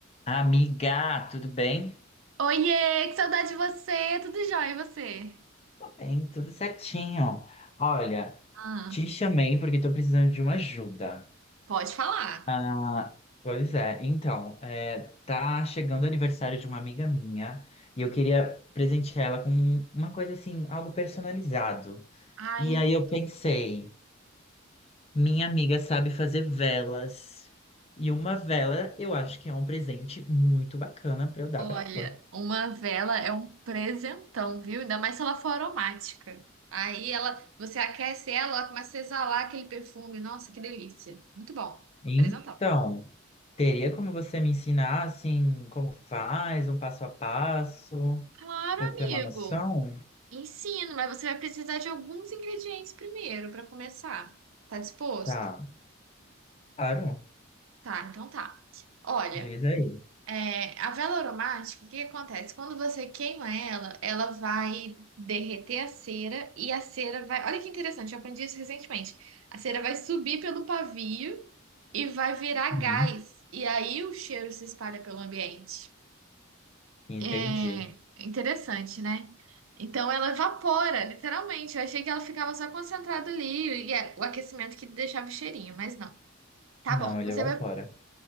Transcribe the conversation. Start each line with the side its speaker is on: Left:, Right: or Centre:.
Left: Amiga, tudo bem?
Right: Oiê, que saudade de você! Tudo jóia, e você?
Left: Tudo bem, tudo certinho. Olha,
Right: Ah,
Left: te chamei porque tô precisando de uma ajuda.
Right: pode falar.
Left: Ah, pois é, então, é, tá chegando o aniversário de uma amiga minha e eu queria presentear ela com uma coisa assim, algo personalizado.
Right: Ai,
Left: E aí eu pensei, minha amiga sabe fazer velas. E uma vela eu acho que é um presente muito bacana pra eu dar
Right: olha,
Left: pra ela.
Right: uma vela é um presentão, viu? Ainda mais se ela for aromática. Aí ela, você aquece ela, ela começa a exalar aquele perfume. Nossa, que delícia! Muito bom.
Left: Então.
Right: Presentão.
Left: Teria como você me ensinar, assim, como faz, um passo a passo,
Right: Claro,
Left: pra eu
Right: amigo.
Left: ter uma noção?
Right: Ensino, mas você vai precisar de alguns ingredientes primeiro para começar. Tá disposto?
Left: Tá, claro,
Right: Tá, então tá. Olha.
Left: diz aí.
Right: É, a vela aromática, o que que acontece? Quando você queima ela, ela vai derreter a cera e a cera vai. Olha que interessante, eu aprendi isso recentemente. A cera vai subir pelo pavio e vai virar
Left: Hum,
Right: gás. E aí o cheiro se espalha pelo ambiente.
Left: entendi.
Right: É interessante, né? Então ela evapora, literalmente. Eu achei que ela ficava só concentrada ali e é o aquecimento que deixava o cheirinho, mas não. Tá
Left: Não,
Right: bom,
Left: ele
Right: você
Left: evapora.
Right: vai.